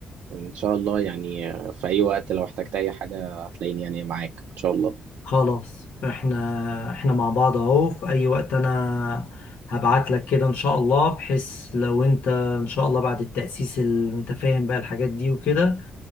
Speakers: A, on the right; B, on the left.
A: ان شاء الله يعني في اي وقت لو احتجت اي حاجه هتلاقيني يعني معاك ان شاء الله
B: خلاص احنا احنا مع بعض اهو في اي وقت انا هبعت لك كده ان شاء الله بحيث لو انت ان شاء الله بعد التأسيس اللي انت فاهم بقى الحاجات دي وكده